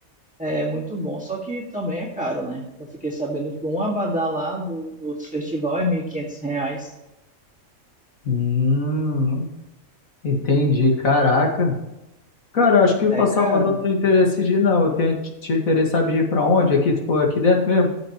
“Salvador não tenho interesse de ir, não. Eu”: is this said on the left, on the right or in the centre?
Left